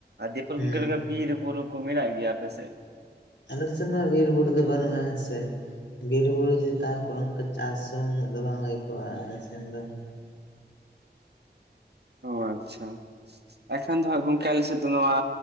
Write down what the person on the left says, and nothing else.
ᱦᱩᱸ
ᱟᱞᱮ ᱥᱮᱱ ᱢᱟ ᱵᱤᱨ ᱵᱩᱨᱩ ᱫᱚ ᱵᱟᱹᱱᱩᱜᱼᱟ ᱦᱮᱸ ᱥᱮ ᱵᱤᱨᱵᱩᱨᱩ ᱡᱩᱫᱤ ᱛᱟᱦᱮᱸ ᱠᱚᱜᱼᱟ ᱚᱱᱠᱟ ᱪᱟᱥ ᱦᱚᱸ ᱩᱱᱟᱹᱜ ᱫᱚ ᱵᱟᱝ ᱦᱩᱭᱠᱚᱜᱼᱟ ᱟᱞᱮ ᱥᱮᱱ ᱫᱚ ᱾